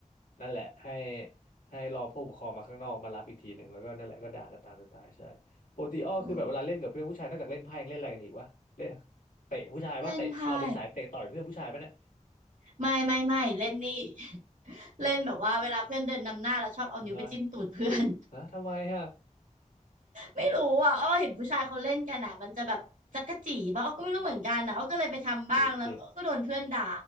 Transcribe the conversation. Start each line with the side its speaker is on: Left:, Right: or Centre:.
Left: นั่นแหละให้ให้รอผู้ปกครองมาข้างนอกมารับอีกทีหนึ่งแล้วก็นั่นแหละก็ด่ากันตามสไตล์ใช่ปกติอ้อคือแบบเวลาเล่นกับเพื่อนผู้ชายนอกจากเล่นไพ่ยังเล่นอะไรกันอีกวะเล่น
Right: โอ้
Left: เตะผู้ชายปะเตะเราเป็นสายเตะต่อยเพื่อนผู้ชายปะเนี่ย
Right: เล่นไพ่ไม่ไม่ไม่เล่นนี่ <laughs> เล่นแบบว่าเวลาเพื่อนเดินนำหน้าแล้วชอบเอานิ้วไปจิ้มตูดเพื่อน
Left: อ่าฮะฮะทำไมฮะ
Right: ไม่รู้อ่ะอ้อเห็นผู้ชายเขาเล่นกันอ่ะมันจะแบบจั๊กจี้ป่ะอ้อก็ไม่รู้เหมือนกันนะอ้อก็เลยไปทำบ้างแล้วอ้อก็โดนเพื่อนด่า
Left: จิตจิต